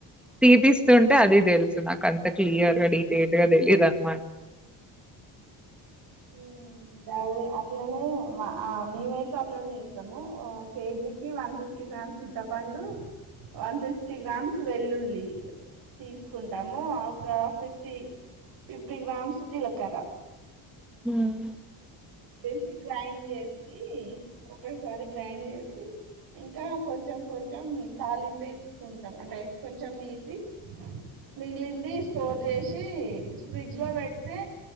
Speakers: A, in the centre; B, on the right.
A: తీపిస్తుంటే అది తెలుసు నాకు అంత క్లియర్గా డీటెల్డ్గ తెలీయదన్నమాట
B: హమ్ అదె అట్లనే మ మేమైతే అట్లనే చేస్తము, కేజీకి వన్ ఫిఫ్టీ గ్రామ్స్ చింతపండు వన్ ఫిఫ్టీ గ్రామ్స్ వెల్లుల్లి తీసుకుంటాము, ఒక ఫిఫ్టీ ఫిఫ్టీ గ్రామ్స్ జీలకర్ర
A: ఉమ్
B: సి గ్రైండ్ చేసి ఒకసారి గ్రైండ్ చేసి ఇంకా కొంచెం కొంచెం తాలింపెస్కుంటం అంటే కొంచెం తీసి మిగిలింది స్టోర్ చేస్ వచ్చి ఫ్రిడ్జ్ లో పెడితే